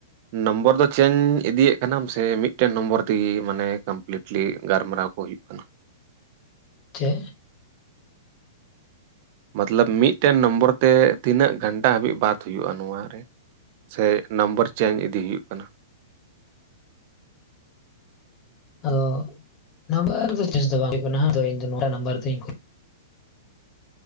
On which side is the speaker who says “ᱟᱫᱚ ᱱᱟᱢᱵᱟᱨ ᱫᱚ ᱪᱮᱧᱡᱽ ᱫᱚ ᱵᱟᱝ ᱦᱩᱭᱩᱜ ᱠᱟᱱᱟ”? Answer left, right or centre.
Left